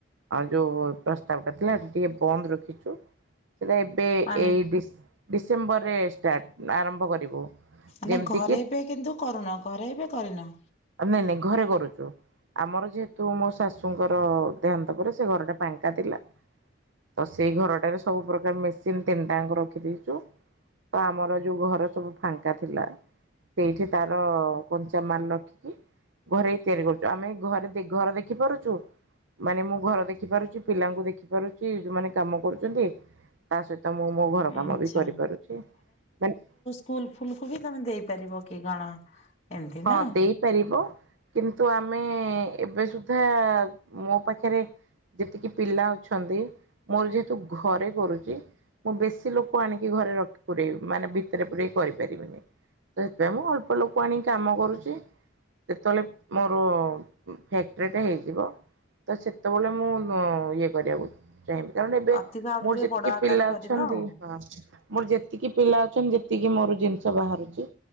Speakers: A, on the right (about 80°); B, on the left (about 35°).
A: ଆଉ ଯୋଉ ପ୍ରସ୍ତାବ ଟା ଥିଲା ଟିକେ ବନ୍ଦ ରଖିଛୁ। ସେଇଟା ଏବେ
B: ମାନେ
A: ଏଇ ଡିସେମ୍ବରରେ ଷ୍ଟାର୍ଟ ଆରମ୍ଭ କରିବୁ।
B: ମାନେ
A: ଯେମିତି
B: ଘରେ
A: କିି
B: ଏବେ କିନ୍ତୁ କରୁନ ଘରେ ଏବେ କରିନ।
A: ନାଇଁ, ନାଇଁ ଘରେ କରୁଛୁ। ଆମର ଯେହେତୁ ମୋ ଶାଶୁଙ୍କର ଦେହାନ୍ତ ପରେ ସେ ଘରଟା ଫାଙ୍କା ଥିଲା। ତ ସେଇ ଘରଟାରେ ସବୁ ପ୍ରକାର ମେସିନ ତିନିଟାଙ୍କ ରଖିଦେଇଛୁ। ତ ଆମର ଯୋଉ ଘର ସବୁ ଫାଙ୍କା ଥିଲା। ସେଇଠି ତାର କଞ୍ଚା ମାଲ ରଖିକି ଘରେ ତିଆରି କରୁଛୁ। ଆମେ ଘରେ ଘର ଦେଖି ପାରୁଛୁ? ମାନେ ମୁଁ ଘର ଦେଖି ପାରୁଛି, ପିଲାଙ୍କୁ ଦେଖି ପାରୁଛି, ଯୋଉମାନେ କାମ କରୁଛନ୍ତି। ତା ସହିତ ମୁଁ ମୋ ଘର କାମ
B: ଆଚ୍ଛା
A: ବି କରିପାରୁଛି। ମାନେ
B: ଫୁଲ, ଫୁଲ କୁ ବି ତମେ ଦେଇପାରିବ କି କଣ? ଏମିତି
A: ହଁ
B: ନା
A: ଦେଇପାରିବ କିନ୍ତୁ ଆମେ ଏବେ ସୁଦ୍ଧା ମୋ ପାଖରେ ଯେତିକି ପିଲା ଅଛନ୍ତି, ମୋର ଯେହେତୁ ଘରେ କରୁଛି। ମୁଁ ବେଶୀ ଲୋକ ଆଣିକି ଘରେ ରଖି ପୁରେଇ ମାନେ ଭିତରେ ପୁରେଇ କରିପାରିବିନି। ତ ସେଥିପାଇଁ ମୁଁ ଅଳ୍ପ ଲୋକ ଆଣି କାମ କରୁଛି। ଯେତେବେଳେ ମୋର ଫ୍ୟାକ୍ଟ୍ରିଟା ହେଇଯିବ ତ ସେତେବେଳେ ମୁଁ ଇଏ କରିବାକୁ ଚାହିଁବି, କାରଣ ଏବେ
B: ଅଧିକ ଆହୁରି
A: ମୋର
B: ଟିକେ
A: ଯେତିକି
B: ବଡ ଆକାରରେ
A: ପିଲା
B: କରିବ
A: ଅଛନ୍ତି
B: ଆଉ
A: ହଁ ମୋର ଯେତିକି ପିଲା ଅଛନ୍ତି। ଯେତିକି ମୋର ଜିନିଷ ବାହାରୁଛି,